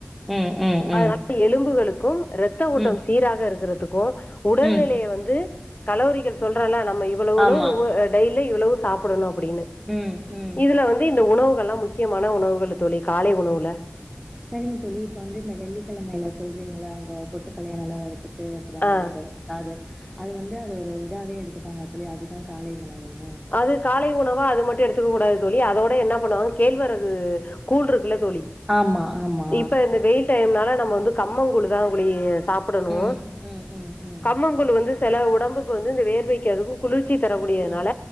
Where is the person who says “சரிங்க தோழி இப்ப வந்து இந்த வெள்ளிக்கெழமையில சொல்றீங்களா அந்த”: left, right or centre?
Centre